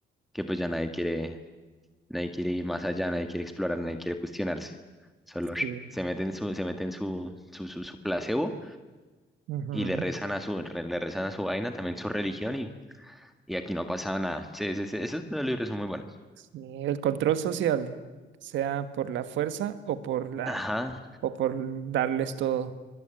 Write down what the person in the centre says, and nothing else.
que pues ya nadie quiere, nadie quiere ir más allá, nadie quiere explorar, nadie quiere cuestionarse. Solo
se mete en su, se mete en su, su, su, su placebo
y le rezan a su, re- le rezan a su vaina, también su religión, y, y aquí no ha nada. Sí, sí, sí, esos dos libros son muy buenos.
Ajá,